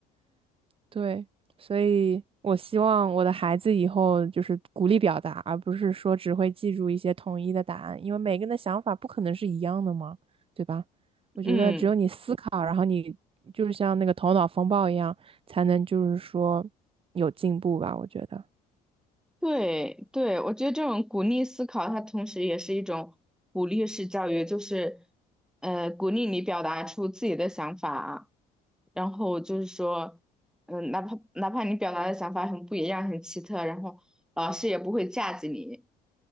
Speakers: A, on the right (about 35°); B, in the centre.
A: 对，所以我希望我的孩子以后就是鼓励表达，而不是说只会记住一些统一的答案，因为每个人的想法不可能是一样的嘛，对吧？我觉得只有你思考，
B: 嗯。
A: 然后你就是像那个头脑风暴一样，才能就是说有进步吧，我觉得。
B: 对对，我觉得这种鼓励思考，它同时也是一种鼓励式教育，就是，呃，鼓励你表达出自己的想法，然后就是说，嗯，哪怕哪怕你表达的想法很不一样、很奇特，然后老师也不会架子你，